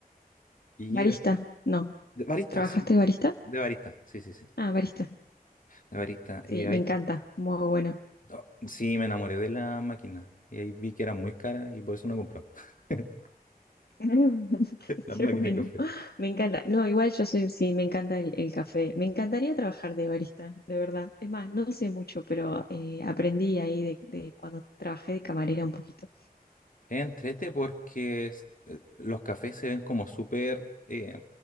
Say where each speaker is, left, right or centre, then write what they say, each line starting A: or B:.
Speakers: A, on the left; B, on the left.
A: Y
B: Barista,
A: de,
B: no.
A: de barista,
B: ¿Trabajaste
A: sí,
B: de barista?
A: de barista, sí, sí, sí,
B: Ah, barista.
A: de barista.
B: Sí,
A: Y ahí,
B: me encanta. Muy bueno.
A: no, sí, me enamoré de la máquina, y ahí vi que era muy cara y por eso no compró. <laughs>
B: <laughs>
A: Las
B: Qué
A: máquinas
B: bueno.
A: de café.
B: Me encanta. No, igual yo soy, sí, me encanta el, el café. Me encantaría trabajar de barista, de verdad. Es más, no sé mucho, pero eh, aprendí ahí de, de cuando trabajé de camarera un poquito.
A: Es entrete porque es- eh, los cafés se ven como súper eh,